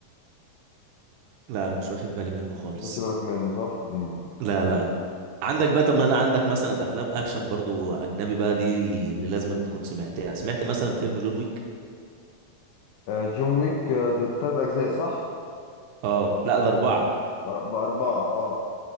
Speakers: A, on the right; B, on the left.
A: لا مش واخد بالي منه خالص
B: ما خدتش بالك منه صح؟ مم.
A: لا لا لا عندك بقى طب ما انا عندك مثلا افلام اكشن برضو اجنبي بقى دي اللي لازم تكون سمعتها سمعت مثلا فيلم جون ويك
B: آه جون ويك آه، ده تلات أجزاء صح؟
A: اه لا ده اربعة
B: بأربعة اه